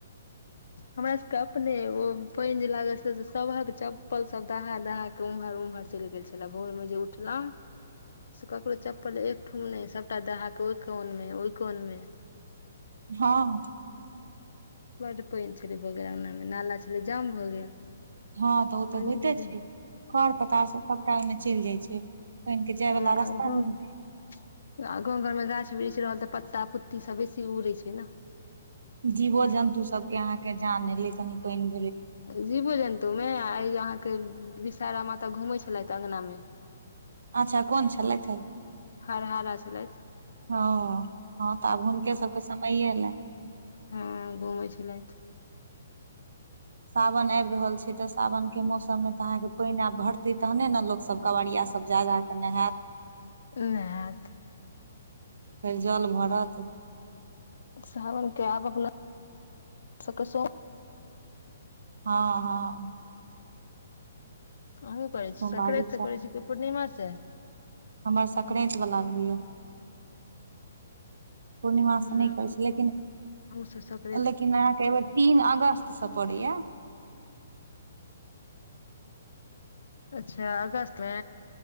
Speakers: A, on the left; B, on the right.
A: हमरा सबके अपने ओ पेएन जे लागल छल से सभहक चप्पल सब दहा-दहा के उम्हर-उम्हर चैल गेल छला भोर मे जे उठलौ से ककरो चप पल एक ठोम नै सबटा दहा कऽ ओय कोन मे, ओय कोन मे
B: हाँ।
A: बड्ड पानि छलै भऽ गेल अंगनामे। नाला छलै जाम भऽ गेल।
B: हँ, तऽ ओ तऽ
A: पानि
B: होइते
A: नहि भेल
B: छै। खढ़-पत्तासभ सभटा ओहिमे चलि जाइ छै। पानि के जाय
A: हाँ
B: वाला रास्ता
A: अ गांव
B: नहि हेतै
A: मे आ गाव घर मे गाछ-वृछ रहल तऽ पत्ता-पुत्ती सब बेसी उड़ै छै ना।
B: जीवो जन्तु सबके अहाँ के जान ले तनी पेएन
A: जीब जंतु मे आय इहां के विषारा माता घूमै छलैथ अंगना मे।
B: अच्छा कोन छलैथ हे,
A: हरहारा छलथि
B: हाँ हाँ तऽ आब हुनके सबके समैये एलै।
A: हँ घूमै छलथि
B: सावन आएब रहल छै ते सावन के मौसम मे तऽ अहाँ के पेएन आब भरतै तहने ने लोक सब, कवरिया सब जा जा केऽ नहाय
A: नहाएत।
B: फेर जल भरत।
A: सावन के आब अपना सके सब
B: हाँ-हाँ।
A: अहूं करै
B: सोमवारी
A: छी, संक्रेत से करै छी कि पूर्णिमा से। <unintelligible>
B: हमरा सक्रैत बला होय या। पूर्णिमा
A: हमहूँ
B: से नै करै छी, लेकिन
A: सब सकराति
B: लेकिन अहाँ के एबेर तीन अगस्त से पड़े या।
A: अच्छा अगस्त मे।